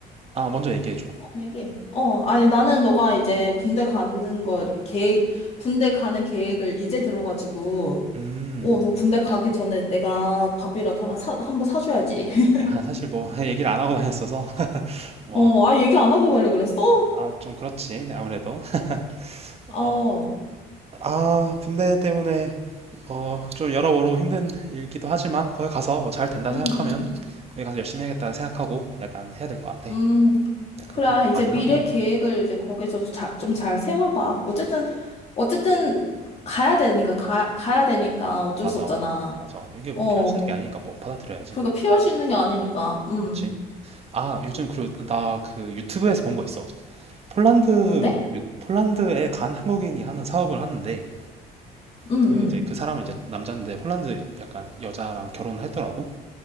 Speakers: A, on the right; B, on the left.
A: 아, 먼저 얘기해줘.
B: 어, 얘기해. 어, 아니, 나는 너가 이제 군대 가는 걸, 계획, 군대 가는 계획을 이제 들어가지고,
A: 음,
B: 어, 너 군대 가기 전에 내가 밥이라도 하나 사, 한번 사줘야지. <laughs>
A: 아, 사실 뭐, <laughs> 얘기를 안 하고 다녔어서, <laughs> 뭐,
B: 어, 아, 얘기 안 하고 가려고 그랬어?
A: 아, 좀 그렇지, 아무래도. <laughs> 어,
B: 어,
A: 아, 군대 때문에, 어, 좀 여러모로 힘든 일기도 하지만, 거기 가서 뭐 잘 된다
B: 음,
A: 생각하면,
B: 음,
A: 거기 가서 열심히 해야겠다 생각하고, 약간 해야 될 것 같아.
B: 음.
A: 약간
B: 그래,
A: 공부도
B: 이제
A: 많이
B: 미래
A: 하고.
B: 계획을 이제 거기서 좀 잘 세워봐. 어쨌든, 어쨌든, 가야 되니까, 가, 가야 되니까 어쩔
A: 맞아,
B: 수 없잖아.
A: 맞아. 이게 뭐
B: 어,
A: 피할 수 있는 게 아니니까 뭐 받아들여야지.
B: 그러니까 피할 수 있는 게 아니니까, 음.
A: 그치? 아, 요즘 그, 나 그 유튜브에서 본 거 있어. 폴란드,
B: 뭔데?
A: 유- 폴란드에 간 한국인이 하는 사업을 하는데,
B: 음,
A: 그
B: 음,
A: 이제 그 사람은 이제 남자인데 폴란드 약간 여자랑 결혼을 했더라고.